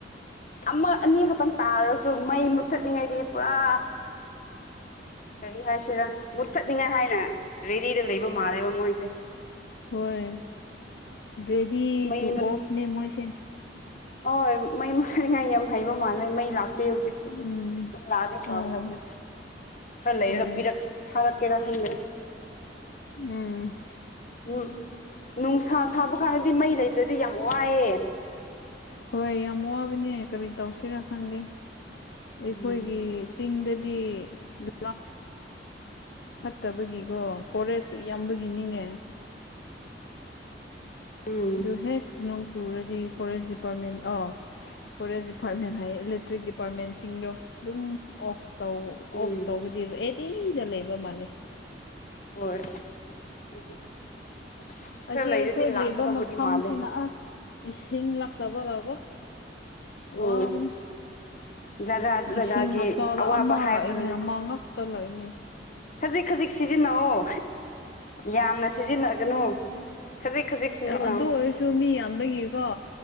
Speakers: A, on the left; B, on the left.
A: ꯑꯃ ꯑꯅꯤꯈꯠꯇꯪ ꯇꯥꯔꯁꯨ ꯃꯩ ꯃꯨꯠꯊꯠꯂꯤꯉꯩꯗꯤ ꯄꯨꯔꯥ ꯀꯔꯤ ꯍꯥꯏꯁꯤꯔ ꯃꯨꯠꯊꯠꯅꯤꯡꯉꯥꯏ ꯍꯥꯏꯅ ꯔꯦꯗꯤꯗ ꯂꯩꯕ ꯃꯥꯜꯂꯦꯕ ꯃꯣꯏꯁꯦ
B: ꯍꯣꯏ ꯔꯦꯗꯤ
A: ꯃꯩ
B: ꯇꯨ ꯑꯣꯐꯅꯦ ꯃꯣꯏꯁꯦ
A: ꯑꯣꯏ ꯃꯩ ꯃꯨꯁꯠꯅꯤꯉꯥꯏ ꯌꯥꯝ ꯍꯩꯕ ꯃꯥꯜꯂꯦ ꯃꯩ ꯂꯥꯛ ꯇꯦ ꯍꯨꯖꯤꯛꯁꯨ
B: ꯎꯝ
A: ꯃꯩ ꯂꯥꯛꯑꯗꯤ ꯐꯒꯗꯕꯅꯦ
B: ꯑꯥꯎ
A: ꯈꯔ ꯂꯩꯔꯒ
B: ꯍꯣꯏ
A: ꯄꯤꯔꯛ ꯊꯥꯔꯛꯀꯦꯔ ꯈꯪꯗꯦ
B: ꯎꯝ
A: ꯎꯝ ꯅꯨꯡꯁꯥ ꯁꯥꯕ ꯀꯥꯟꯗꯗꯤ ꯃꯩ ꯂꯩꯇ꯭ꯔꯗꯤ ꯌꯥꯝ ꯋꯥꯏꯑꯦ
B: ꯍꯣꯏ ꯌꯥꯝ ꯋꯥꯕꯅꯦ ꯀꯔꯤ ꯇꯧꯁꯤꯔꯥ ꯈꯪꯗꯦ
A: ꯎꯝ
B: ꯑꯩꯈꯣꯏꯒꯤ ꯆꯤꯡꯗꯗꯤ ꯑꯁ ꯐꯠꯇꯕꯒꯤꯀꯣ ꯐꯣꯔꯦꯁꯁꯨ ꯌꯥꯝꯕꯒꯤꯅꯤꯅꯦ
A: ꯎꯝ
B: ꯗꯨ ꯍꯦꯛ ꯅꯣꯡ ꯆꯨꯔꯗꯤ forest department of forest department ꯍꯥꯏꯌꯦ ꯏꯂꯦꯛꯇ꯭ꯔꯤꯛ ꯗꯤꯄꯥꯔꯠꯃꯦꯟꯁꯤꯡꯗꯣ ꯑꯗꯨꯝ ꯑꯣꯐ ꯇꯧ
A: ꯎꯝ
B: ꯑꯣꯐ ꯇꯧꯕꯗꯤ ꯑꯦꯅꯤꯗ ꯂꯩꯕ ꯃꯥꯟꯅꯦ
A: ꯍꯣꯏ ꯑꯗꯨ ꯑꯁ ꯈꯔ
B: ꯑꯁꯤ
A: ꯂꯩꯔꯗꯤ
B: ꯑꯩꯈꯣꯏ
A: ꯂꯥꯛꯀꯗꯧꯕꯗꯤ
B: ꯂꯩꯕ ꯃꯐꯝꯁꯤꯅ
A: ꯃꯥꯜꯂꯦ
B: ꯑꯁ ꯏꯁꯤꯡ ꯂꯛꯇꯕꯒꯀꯣ ꯋꯥꯕꯅꯦ
A: ꯑꯣ ꯖꯒꯥ ꯖꯒꯥꯒꯤ
B: ꯏꯁꯤꯡ ꯍꯞꯇꯥꯗ
A: ꯑꯋꯥꯕ
B: ꯑꯃ
A: ꯍꯥꯏꯕꯗꯨꯅꯦ
B: ꯂꯥꯛꯏꯅꯦ ꯑꯃ ꯉꯛꯇ ꯂꯥꯛꯏꯅꯦ
A: ꯈꯖꯤꯛ ꯈꯖꯤꯛ ꯁꯤꯖꯤꯟꯅꯧꯑꯣ ꯌꯥꯝꯅ ꯁꯤꯖꯤꯟꯅꯒꯅꯣ ꯈꯖꯤꯛ ꯈꯖꯤꯛ ꯁꯤꯖꯤꯟꯅꯧꯑꯣ
B: ꯑꯗꯨ ꯑꯣꯏꯔꯁꯨ ꯃꯤ ꯌꯥꯝꯕꯒꯤꯀꯣ